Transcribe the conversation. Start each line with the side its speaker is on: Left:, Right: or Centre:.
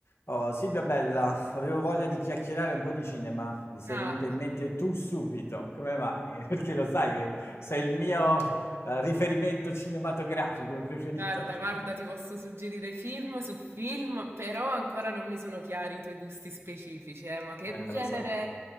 Left: Oh, Silvia Bella, avevo voglia di chiacchierare un po' di cinema, mi sei
Right: Ah,
Left: venuta in mente tu subito, come mai? <laughs> Perché lo sai che sei il mio eh, riferimento cinematografico preferito.
Right: guarda, guarda, ti posso suggerire film su film, però ancora non mi sono chiari i tuoi gusti specifici, eh, ma che
Left: Eh,
Right: genere,
Left: lo so,